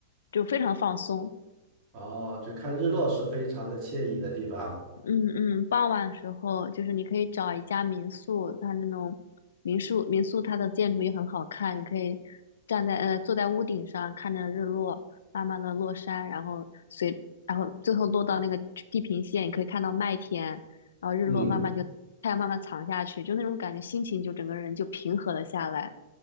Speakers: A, on the left (about 90°); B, on the right (about 35°).
A: 就非常放松。
B: 哦，就看日落是非常的惬意的地方。
A: 嗯嗯，傍晚时候就是你可以找一家民宿，它那种民宿民宿它的建筑也很好看，你可以站在呃坐在屋顶上看着日落，慢慢的落山，然后随然后最后落到那个地平线，你可以看到麦田，然后日落慢慢就太阳慢慢藏下去，
B: 嗯，
A: 就那种感觉，心情就整个人就平和了下来，